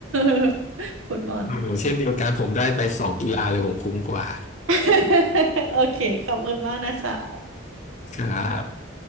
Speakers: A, on the right; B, on the left.
A: <laughs> ฟุตบอล
B: โอ้โหเช่นเดียวกันผมได้ไปสองกีฬาเลยผมคุ้มกว่า
A: <laughs> โอเค ขอบคุณมากนะคะ
B: ครับ